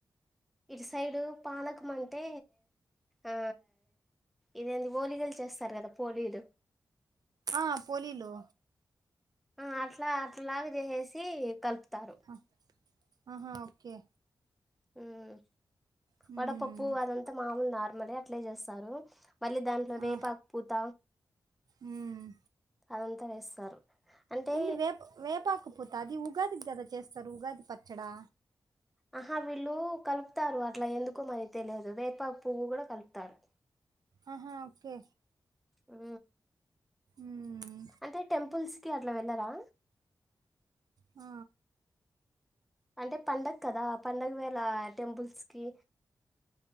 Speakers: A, in the centre; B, on the right (about 60°).
A: ఇటు సైడు పాలకం అంటే ఆ ఇదేంటి పోలీకలు చేస్తారు కదా పోలీలు
B: ఆ పోలీలు
A: ఆ అట్లా అట్లాగ చేసేసి కలుపుతారు
B: అ ఆహా ఓకే
A: హమ్
B: హ్మ్.
A: వడపప్పు అదంతా మామూలు నార్మలే అట్లే చేస్తారు మళ్ళీ దాంట్లో వేపాకు
B: ఆ!
A: పూత
B: హ్మ్.
A: అదంతా వేస్తారు అంటే
B: ఇ వేప వేపాకపోత అది ఉగాదికి కదా చేస్తారు ఉగాది పచ్చడా
A: ఆహా వీళ్ళు కలుపుతారు అట్ల ఎందుకో మరి తెలియదు వేపా పువ్వు కూడా కలుపుతారు తార్
B: ఆహా ఓకే
A: ఉ
B: మ్మ్.
A: అంటే టెంపుల్స్ అట్ల వెళ్ళరా
B: ఆ
A: అంటే పండగ కదా పండగ వేళ టెంపుల్స్ కి